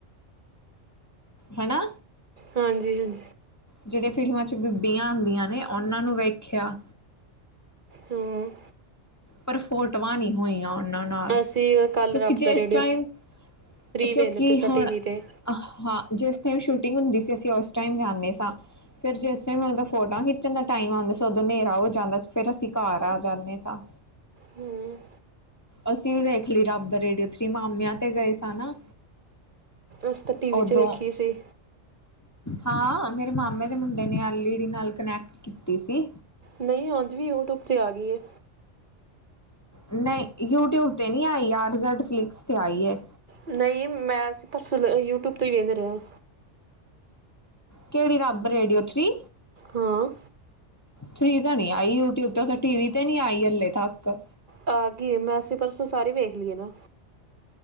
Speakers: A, on the left; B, on the right.
A: ਹਨਾ।
B: ਹਾਂਜੀ-ਹਾਂਜੀ।
A: ਜੇੜੇ ਫਿਲਮਾਂ ਚ ਬੀਬੀਆਂ ਆਂਦੀਆਂ ਨੇ ਉਹਨਾਂ ਨੂੰ ਵੇਖਿਆ।
B: ਹੂੰ।
A: ਪਰ ਫੋਟੋਵਾ ਨੀ ਹੋਈਆਂ ਉਹ ਨਾ ਨਾਲ
B: ਅਸੀਂ ਕੱਲ
A: ਕਿਉਂਕਿ
B: ਰੱਬ
A: ਜੇ
B: ਦਾ
A: ਇਸ
B: ਰੇਡੀਓ
A: ਟਾਈਮ ਕਿਉਂਕਿ
B: ਵੇਖਦੇ ਪਏ ਸਾਂ
A: ਹੁਣ
B: ਟੀਵੀ ਤੇ
A: ਹਾਂ ਜਿਸ ਟਾਈਮ ਸ਼ੂਟਿੰਗ ਹੁੰਦੀ ਸੀ ਅਸੀਂ ਉਸ ਟਾਈਮ ਜਾਂਨੇ ਸਾ। ਫੇਰ ਜਿਸ ਟਾਈਮ <unintelligible> ਫੋਟਾ ਖਿੱਚਣ ਦਾ ਟਾਈਮ ਆਉਂਦਾ ਸੀ ਉਦੋਂ ਨੇਰਾ ਹੋ ਜਾਂਦਾ ਫੇਰ ਅਸੀਂ ਘਰ ਆ ਜਾਂਨੇ ਸਾ।
B: ਹੂੰ
A: ਅਸੀਂ ਵੀ ਵੇਖ ਲੀ ਰੱਬ ਦਾ ਰੇਡੀਓ ਥ੍ਰਰੀ ਮਾਮਿਆਂ ਤੇ ਗਏ ਸਾ ਨਾ।
B: ਅਸੀ ਤਾਂ ਟੀ ਵੀ
A: ਉਦੋਂ
B: ਚ ਵੇਖੀ ਸੀ।
A: ਹਾਂ ਮੇਰੇ ਮਾਮੇ ਦੇ ਮੁੰਡੇ ਨੇ ਐਲ ਈ ਡੀ ਨਾਲ ਕਨੈਕਟ ਕੀਤੀ ਸੀ।
B: ਨਈ ਓਨਜ ਵੀ ਯੂਟਿਊਬ ਤੇ ਆ ਗੀ ਏ।
A: ਨਈ ਯੂਟਿਊਬ ਤੇ ਨੀ ਆਈ ਆਰ ਰਿਜਲਟ ਫਲਿਕਸ ਤੇ ਆਈ ਏ।
B: ਨਈ, ਮੈਂ ਅਸੀਂ ਪਰਸੋ ਯੂਟੁਬ, ਤੇ ਈ ਵੇਦੇ ਰੇ ਆਂ।
A: ਕੇੜੀ, ਰੱਬ-ਰੇਡੀਔ ਥਰੀ?
B: ਹਾਂ।
A: ਥ੍ਰੀ ਤਾਂ ਨਾ ਆਈ, ਯੂਟਿਊਬ ਤੇ ਔਤੇ ਟੀ ਵੀ ਤੇ ਨੀ ਆਈ ਹਲੇ ਤੱਕ।
B: ਆ ਗੀ ਏ, ਮੈਂ ਅਸੀਂ ਪਰਸੋਂ ਸਾਰੀ ਵੇਖ ਲੀ ਏ ਨਾ।